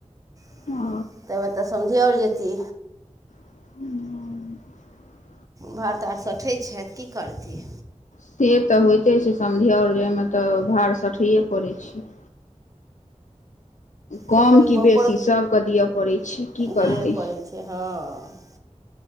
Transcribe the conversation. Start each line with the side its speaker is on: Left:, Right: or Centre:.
Right: <inaudible>
Left: ओ
Right: तऽ म समधि और जैथी
Left: <unintelligible>
Right: भार तार सठै छैथ की करती
Left: से तऽ होइते छै समधिऔर जाइमे तऽ भार सठैए पड़ै छै कम
Right: तखन
Left: कि
Right: बोपर
Left: बेसी सभके दिअ पड़ैत छै की
Right: दिअ
Left: करतै
Right: <unintelligible>